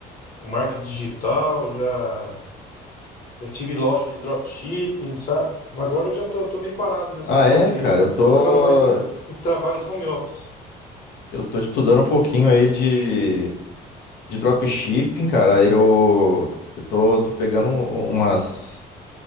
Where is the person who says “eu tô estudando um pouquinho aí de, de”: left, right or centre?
Left